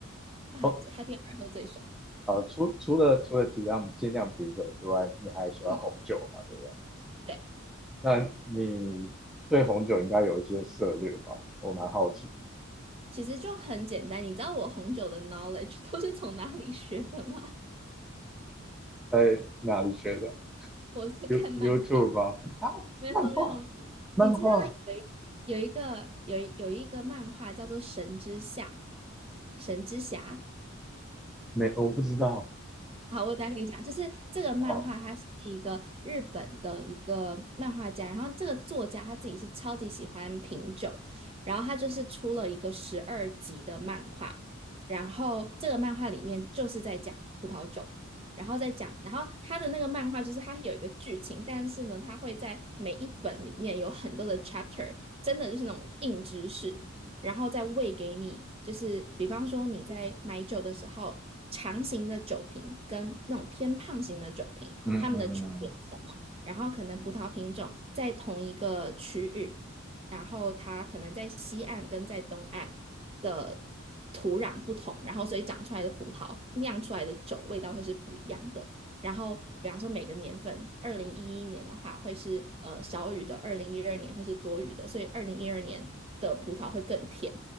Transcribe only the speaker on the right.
啊这，happy
hour 喝最爽。
嗯，
对，
其实就很简单。你知道我红酒的 knowledge 都是从哪里学的吗？
我是看漫画，
没有没有没有。
你知道有一有一个有一有一个漫画叫做《神之下》，神之侠。
好，我再跟你讲，就是这个漫画，
它是一个日本的一个漫画家，然后这个作家他自己是超级喜欢品酒，然后他就是出了一个十二集的漫画，然后这个漫画里面就是在讲葡萄酒，然后再讲，然后他的那个漫画就是它有一个剧情，但是呢，它会在每一本里面有很多的 chapter，真的就是那种硬知识，然后再喂给你，就是比方说你在买酒的时候，长型的酒瓶跟那种偏胖型的酒瓶，
它们的区别是什么？然后可能葡萄品种在同一个区域，然后它可能在西岸跟在东岸的土壤不同，然后所以长出来的葡萄酿出来的酒味道会是不一样的。然后，比方说每个年份，二零一一年的话会是呃少雨的，二零一二年会是多雨的，所以二零一二年的葡萄会更甜。